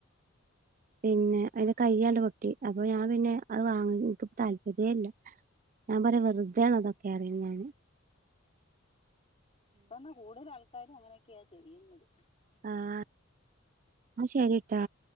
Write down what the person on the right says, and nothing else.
പിന്നെ അതിത് കഴിയാണ്ട് പൊട്ടി അപ്പൊ ഞാൻ പിന്നെ അത് വാങ്ങ എക്ക് താല്പര്യ ഇല്ല ഞാൻ
പറയാ വെറുതെ ആണ അതൊക്കെ അറിയുന്നാന്
ആഹ ആ ശരിട്ടാ